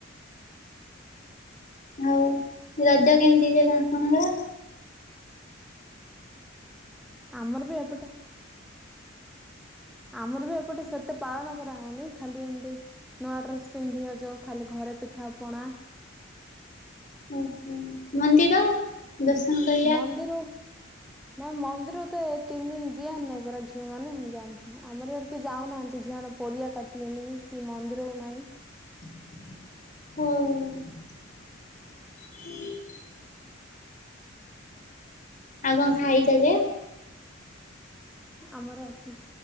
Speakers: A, on the left; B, in the centre.
A: ହଉ ରଜ କେମିତି ଯ କଣ?
B: ୟ କର <unintelligible> ଆମର ବି ଏପଟେ ଆମର ବି ଏପଟେ ସେତେ ପାଳନ କରାହଉନି ଖାଲି ଏମିତି। ନୂଆ ଡ୍ରେସ ପିନ୍ଧି ଆଛ ଖାଲି ଘରେ ପିଠା ପଣା।
A: ଓହୋ ମନ୍ଦିର? ଦର୍ଷଣ କରିବା
B: ମନ୍ଦିର ନାଇ ମନ୍ଦିରରୁ ତ ଏ ତିନି ଦୀନ ଯିଆନ୍ତି ନାଇଁ ପରା ଝିଅ ମାନେ ମୁଁ ଜାଣି। ଆମର ଆଡେ କି ଯାଉନାହାନ୍ତି ଝିଅମାନେ ପରିବା କାଟିବେନି କି ମନ୍ଦିର ନାହିଁ।
A: ହଁ ଆଉ କଣ ଖାଇଛ ଯେ?
B: ଆମର ଅଛି